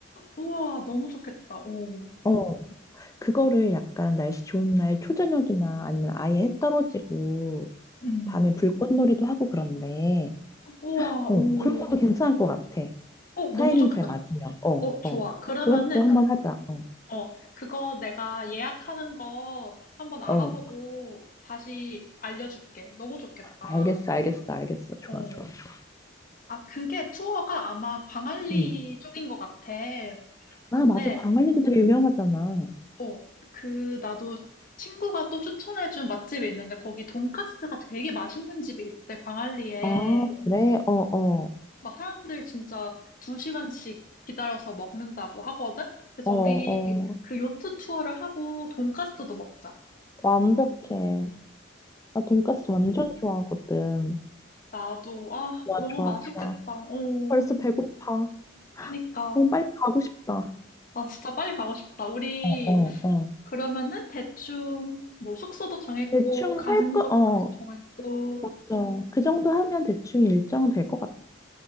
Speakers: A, on the left; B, on the left.
A: 우와, 너무 좋겠다. 오,
B: 어. 그거를 약간 날씨 좋은 날 초저녁이나 아니면 아예 해 떨어지고
A: 응.
B: 밤에 불꽃놀이도 하고 그런데
A: 우와,
B: 어,
A: 오.
B: 그런 것도 괜찮을 것 같아.
A: 어, 너무
B: 타이밍
A: 좋겠다.
B: 잘 맞으면. 어,
A: 어, 좋아. 그러면은
B: 그것도 한번
A: 그
B: 하자. 어,
A: 어, 그거 내가 예약하는 거 한번 알아보고
B: 어,
A: 다시 알려줄게. 너무 좋겠다.
B: 알겠어, 알겠어, 알겠어. 좋아,
A: 어.
B: 좋아, 좋아.
A: 아, 그게 투어가 아마 광안리
B: 음.
A: 쪽인 것 같아.
B: 아,
A: 근데,
B: 맞아. 광안리도 되게 유명하잖아.
A: 어, 그, 나도 친구가 또 추천해준 맛집이 있는데 거기 돈까스가 되게 맛있는 집이 있대, 광안리에.
B: 아, 그래? 어, 어,
A: 막 사람들 진짜 두 시간씩 기다려서 먹는다고 하거든? 그래서
B: 어,
A: 우리
B: 어.
A: 그 요트 투어를 하고 돈까스도 먹자.
B: 완벽해. 나 돈까스 완전 좋아하거든.
A: 나도, 아,
B: 좋아,
A: 너무
B: 좋아,
A: 맛있겠다.
B: 좋아.
A: 어,
B: 벌써 배고파.
A: 그니까.
B: 너무 빨리 가고 싶다.
A: 아, 진짜 빨리 가고 싶다. 우리,
B: 어, 어.
A: 그러면은 대충, 뭐, 숙소도 정했고,
B: 대충
A: 가는
B: 할 거,
A: 것도
B: 어,
A: 정했고,
B: 맞아. 음. 그 정도 하면 대충 일정은 될 것 같아.